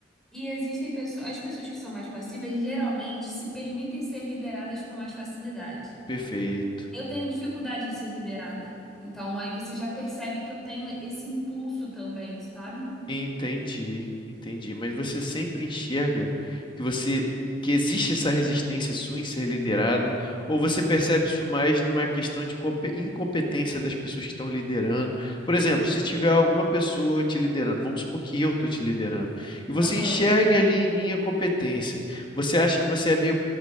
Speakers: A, in the centre; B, on the left (about 25°).
A: E existem pessoas, as pessoas que são mais passivas geralmente se permitem ser lideradas com mais facilidade.
B: Perfeito.
A: Eu tenho dificuldade em ser liderada. Então aí você já percebe que eu tenho esse impulso também, sabe?
B: Entendi, entendi. Mas você sempre enxerga que você que existe essa resistência sua em ser liderada, ou você percebe isso mais numa questão de compe- incompetência das pessoas que estão liderando? Por exemplo, se tiver alguma pessoa te liderando, vamos supor que eu estou te liderando, e você
A: Aham.
B: enxergue ali em mim a competência, você acha que você é meio